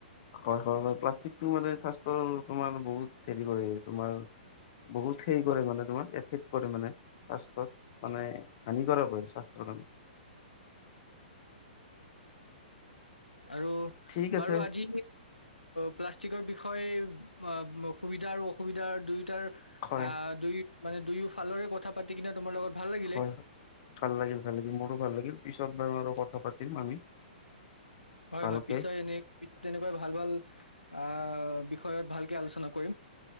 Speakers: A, on the left; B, on the left.
A: হয় - হয় - হয় প্লাষ্টিকটো মানে স্বাস্থ্যৰ তোমাৰ বহুত হেৰি কৰে তোমাৰ বহুত সেই কৰে মানে তোমাক এফেক্ট কৰে মানে স্বাস্থত মানে হানিকাৰক স্বাস্যৰ কাম
B: আৰু
A: ঠিক
B: বাৰু
A: আছে
B: আজি প্লাষ্টিকৰ বিষয় বিষয় অ, সুবিধা আৰু অসুবিধা দুয়োটাৰ
A: হয়,
B: আহ, দুই মানে দুয়ো ফালৰে কথা পাতি কিনে তোমাৰ লগত ভাল লাগিলে
A: হয় ভাল লাগিল - ভাল লাগিল মোৰো ভাল লাগিল পিছত বাৰু আৰু কথা পাতিম আমি।
B: হয়
A: ভালকে
B: - হয় পিছ এনে পিছত এনেকুৱাই ভাল - ভাল আহ, বিষয়ত ভালকে আলোচনা কৰিম।